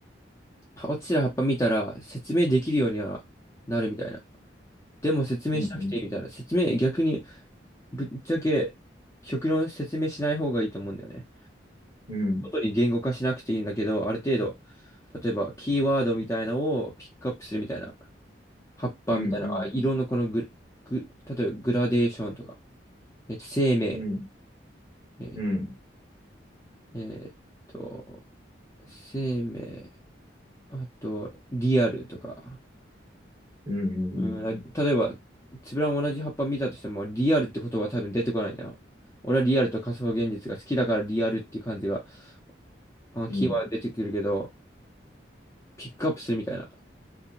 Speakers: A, on the left; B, on the right.
A: 落ちてる葉っぱ見たら説明できるようにはなるみたいな。でも説明しなくていいみたいな。
B: うん、
A: 説明、逆にぶっちゃけ極論説明しない方がいいと思うんだよね。
B: うん、
A: 外に言語化しなくていいんだけど、ある程度、例えばキーワードみたいなのをピックアップするみたいな。葉っぱみたいな、
B: うん、うん、
A: あ、色のこのグ、グ、例えばグラデーションとか、えっと、生命、
B: うん、
A: えっと、
B: うん、うん、
A: えっと生命、あと、リアルとか。
B: うん、
A: うん、例えば、つぶらも同じ葉っぱ見たとしても、リアルって言葉は多分出てこないな。俺はリアルと仮想現実が好きだからリアルっていう感じが、まあ、キーワード出てくるけど、
B: うん、うん、
A: ピックアップするみたいな。